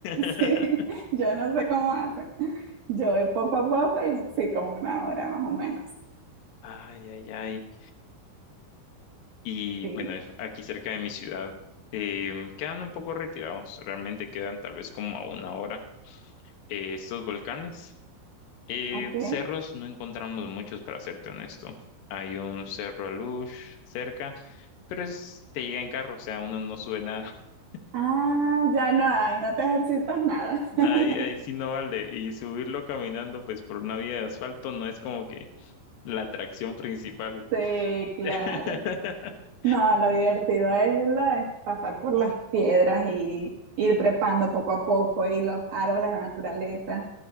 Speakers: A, on the left; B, on the right.
A: <laughs>
B: Sí, yo no sé cómo hacen. Yo voy poco a poco y sí, como una hora más o menos.
A: Ay, ay, ay. Y
B: Sí,
A: bueno, aquí cerca de mi ciudad eh, quedan un poco retirados. Realmente quedan tal vez como a una hora eh, estos volcanes. Y
B: ok.
A: cerros no encontramos muchos, para serte honesto. Hay un cerro Alush cerca, pero es, te llega en carro, o sea, uno no sube nada. <laughs>
B: Ah, ya no hay, no te ejercitas nada. <laughs>
A: Ahí, ahí sí no vale. Y subirlo caminando, pues por una vía de asfalto, no es como que la atracción principal.
B: Sí, claro.
A: <laughs>
B: No, lo divertido es, la- es pasar por las piedras y ir trepando poco a poco y los árboles, la naturaleza.